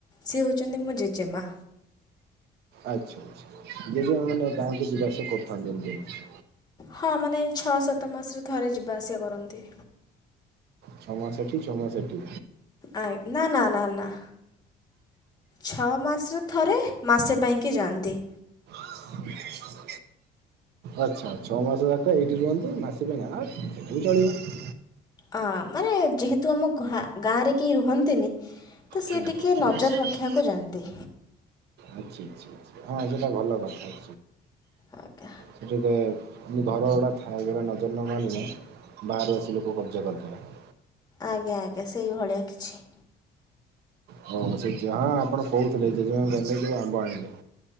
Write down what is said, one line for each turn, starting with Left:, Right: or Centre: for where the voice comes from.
Left: ସିଏ ହେଉଚନ୍ତି ମୋ ଜେଜେମା।
Right: ଆଚ୍ଛା ଆଛା ଜେଜେମା ମାନେ ଗାଁ କୁ ଜିବା ଆସିବା କରିଥାନ୍ତ ଏମିତି।
Left: ହଁ ମାନେ ଛଅ ସାତ ମାସରେ ଥରେ ଯିବା ଆସିବା କରନ୍ତି।
Right: ଛମାସ ଏଠି ଛମାସ ସେଠି।
Left: ଆ ନା ନା ନା ନା। ଛଅ ମାସରେ ଥରେ ମାସେ ପାଇଁକି ଯାଆନ୍ତି।
Right: <inaudible> ଆଚ୍ଛା ଛଅ ମାସ ଯାକ ଏଇଠି ରୁହନ୍ତୁ ମାସ ପାଇଁ ଆଁ ସେଟା ବି ଚଳିବ।
Left: ଅ ମାନେ ଯେହେତୁ ଆମ ଗାଁରେ କେହି ରୁହନ୍ତିନି ତ ସିଏ
Right: ହଁ।
Left: ଟିକିଏ ନଜର ରଖିବାକୁ ଯାଆନ୍ତି।
Right: ଆଛା ଛା ଛାଆ ଆା ହଁ ସେଟା ଭଲ କଥା ଆ।
Left: ଆଜ୍ଞା
Right: ସେଠିକେ ଘର ଗୁଡା ଥାଏ ଯଉଟା ନଜର ନ ମାରିଲେ ବାହାରୁ ଆସି ଲୋକ କବ୍ଜା କରିଦେବେ।
Left: ଆଜ୍ଞା ଆଜ୍ଞା ସେଇଭଳିଆ କିଛି।
Right: ହଉ ସେଆ ହଁ ଆପଣ କହୁଥିଲେ ଜେଜେମା ଗଲେ ଯେ ଆମ୍ବ ଆଣିଲେ।